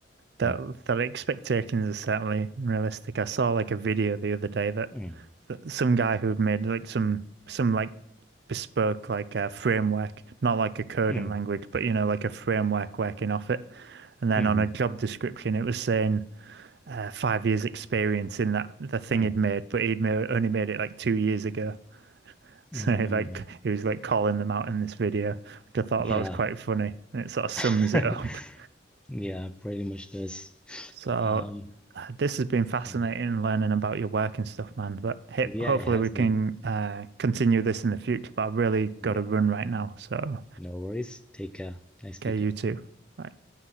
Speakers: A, on the right; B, in the centre.
A: That
B: Mm,
A: the expectations are certainly realistic. I saw like a video the other day that,
B: mm,
A: that some guy who had made like some some like bespoke like a framework, not like a coding
B: mm,
A: language, but you know like a framework working off it. And then
B: mhm,
A: on a job description, it was saying uh, five years experience in that the thing
B: mm,
A: he'd made, but he'd made, only made it like two years ago. <laughs> So
B: mm.
A: like he was like calling them out in this video, which I thought that
B: Yeah.
A: was quite funny, and it sort of sums
B: <laughs>
A: it up. <laughs>
B: Yeah, pretty much does.
A: So
B: Um,
A: uh, this has been fascinating
B: mm.
A: learning about your work and stuff, man. But hey,
B: yeah,
A: hopefully
B: it has
A: we can
B: been.
A: uh, continue this in the future. But I've really
B: Yeah,
A: got to run right now, so
B: no worries. Take care. Nice
A: okay,
B: speaking.
A: you too. Bye.